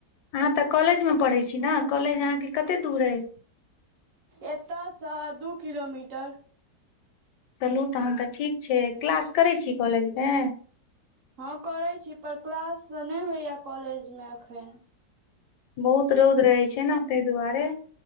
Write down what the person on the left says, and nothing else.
अहाँ तऽ कॉलेज में पढ़े छी ने कॉलेज अहाँ के कते दूर अय?
तलू तखन तऽ ठीक छै क्लास करै छी कॉलेजमे?
बहुत रौद रहै छै ने तय दुआरे।